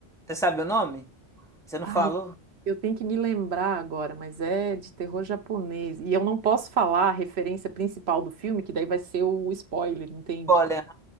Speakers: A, in the centre; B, on the right (about 70°).
A: Você sabe o nome? Você não
B: Pai,
A: falou?
B: eu eu tenho que me lembrar agora, mas é de terror japonês. E eu não posso falar a referência principal do filme, que daí vai ser o spoiler, entende?
A: Olha,